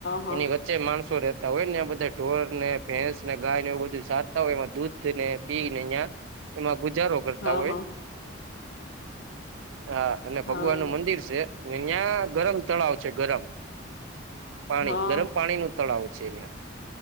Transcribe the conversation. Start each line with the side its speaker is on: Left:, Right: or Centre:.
Left: હા
Right: એની વ વચ્ચે જે માણસો રહેતા હોય ને આ બધા ઢોર ને ભેંસ ને ગાય ને એવું બધું સાધતા હોય એમાં દૂધ ને પીને અહં એમાં ગુજારો કરતા
Left: હા
Right: હોય
Left: હા
Right: હા અને
Left: હા
Right: ભગવાન નું મંદિર છે. નીનીયાં ગરમ તળાવ છે ગરમ પાણી
Left: હા
Right: ગરમ પાણી નું તળાવ છે એં